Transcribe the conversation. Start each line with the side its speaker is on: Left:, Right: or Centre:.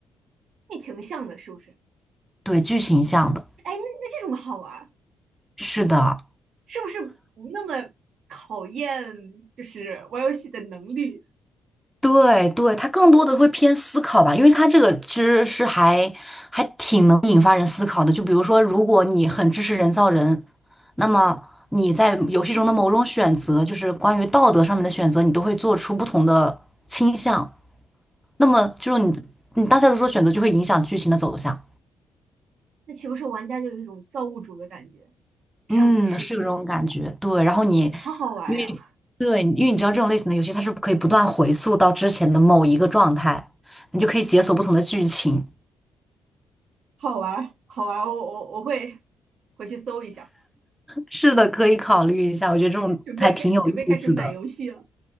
Right: 剧情向的是不是？
Centre: 对，剧情向的，
Right: 哎，那那这种好玩儿，
Centre: 是的。
Right: 是不是不那么考验就是玩游戏的能力？
Centre: 对对，它更多的会偏思考吧，因为它这个其实是还还挺能引发人思考的。就比如说，如果你很支持人造人，那么你在游戏中的某种选择，就是关于道德上面的选择，你都会做出不同的倾向。那么就是你你大家都说选择就会影响剧情的走向。
Right: 那岂不是玩家就有一种造物主的感觉，上帝视角，
Centre: 嗯，是有这种感觉。对，然后你
Right: 好好玩呀，
Centre: 因为对，因为你知道这种类型的游戏，它是可以不断回溯到之前的某一个状态，你就可以解锁不同的剧情。
Right: 好玩好玩我我我会回去搜一下，
Centre: 是的，可以考虑一下。我觉得这种还挺有意思的，
Right: 准备开准备开始买游戏了。